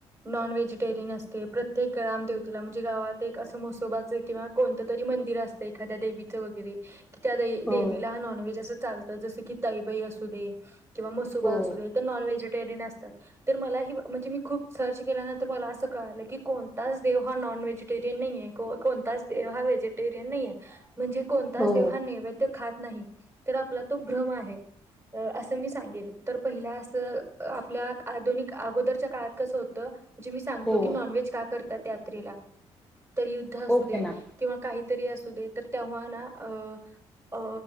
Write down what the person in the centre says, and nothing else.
हो
हो
हो
हो
ओके
मॅम